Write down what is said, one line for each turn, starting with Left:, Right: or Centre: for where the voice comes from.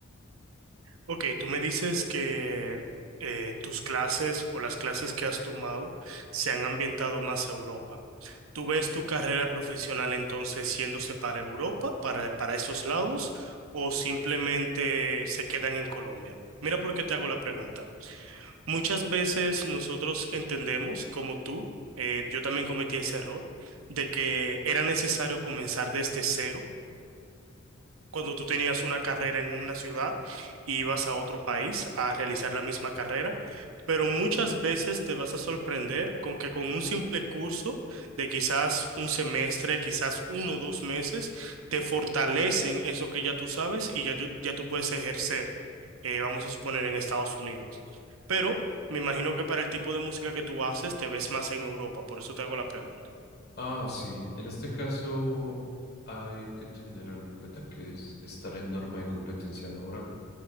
Right: Ok, tú me dices que eh, tus clases o las clases que has tomado se han ambientado más a Europa. ¿Tú ves tu carrera profesional entonces yéndose para Europa, para, para esos lados, o simplemente se quedan en Colombia? Mira por qué te hago la pregunta. Muchas veces nosotros entendemos, como tú, eh, yo también cometí ese error, de que era necesario comenzar desde cero cuando tú tenías una carrera en una ciudad y ibas a otro país a realizar la misma carrera, pero muchas veces te vas a sorprender con que con un simple curso de quizás un semestre, quizás uno o dos meses, te fortalecen eso que ya tú sabes y ya, yo- ya tú puedes ejercer, eh, vamos a suponer, en Estados Unidos. Pero me imagino que para el tipo de música que tú haces te ves más en Europa, por eso te hago la pregunta.
Left: Ah, sí, en este caso hay que tener algo en cuenta que es estar en norma de competencia laboral.